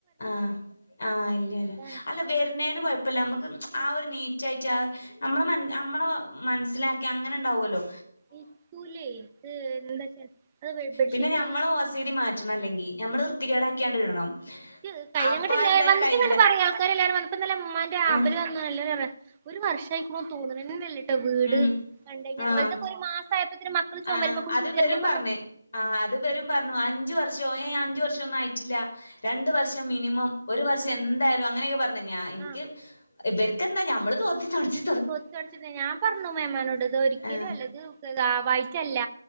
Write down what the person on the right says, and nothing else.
അതാണ്
ആഹ്
നിക്കൂലേയ് ത് എന്താച്ചാ അത് ബെഡ്ഷീറ്റെല്ലാം
ഞാൻ
ഇയ്ക്ക് കയ്യൂലങ്ങട്ട്
ന്നേ
വന്നട്ട്
ങ്ങട്ട് പറയ ആൾക്കാരെല്ലാരും വന്ന് പ്പന്നലെ മ്മാന്റെ ആബ്ബ്ന്
വന്ന എല്ലാരുറ്യാ ഒരു വർഷായിക്ക്ണു തോന്ന്ണെന്നെല്ല ട്ട വീട്
കണ്ടയ്ഞ്ഞ
ഓൽതൊക്കെ ഒരു മാസായപ്പത്തിന് മക്കള് ചൊമര്മ്മക്കൂടി
കുത്ത്യര്ഞ്ഞ്ട്ട്
ഞാപർഞ്ഞ്
ആഹ്
ആഹ്
തോത്തി തൊട്ട്ച്ചിട്ന്നേ ഞാൻ പർഞ്ഞു മേമാനോട് ഇത് ഒരിയ്ക്കലും
അല്ല ഇത് <unintelligible> ആവായിട്ടല്ല